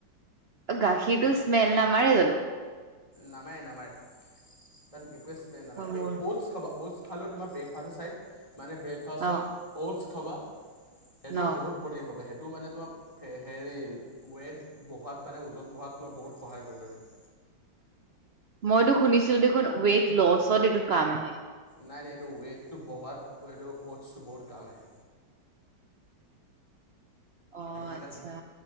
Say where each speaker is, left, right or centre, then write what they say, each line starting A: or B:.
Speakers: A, on the right; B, on the left.
A: গাখীৰটো স্মেল নামাৰে জানো
B: নামাৰে নামাৰে তাত একোৱে স্মেল নামাৰে তুমি
A: মোৰ
B: ঔটছ খাবা ঔটছ খালেও তোমাৰ ব্ৰেকফাষ্ট আছে মানে ব্ৰেকফাষ্টত
A: অ
B: ঔ'টছ খাবা সেইটো
A: ন
B: বহুত প্ৰটিন পাবা সেইটো মানে তোমাৰ হেৰি ৱেট বঢ়োৱাত মানে ওজন বঢ়োৱাত তোমাৰ মানে বহুত সহায় কৰিব সেইটোৱে
A: মইতো শুনিছিলো দেখোন ৱেইট লচত এইটো কাম আহে
B: নাই নাই এইটো ৱেটটো বঢ়োৱাত এইটো ঔটচটো বহুত কাম আহে
A: অঁ
B: মানে
A: আটচ্ছা